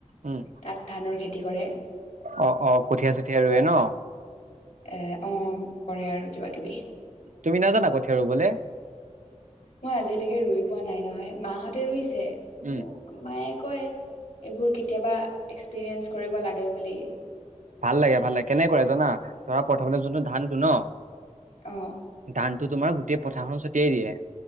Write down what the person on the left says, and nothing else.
তাত ধানৰ খেতি কৰে।
এ অ'কৰে আৰু কিবা কিবি।
মই আজিলৈকে ৰুই পোৱা নাই নহয়। মাহঁতে ৰুইছে।
মায়ে কয় এইবোৰ কেতিয়াবা এক্সপিৰিয়েঞ্চ কৰিব লাগে বুলি।
অঁ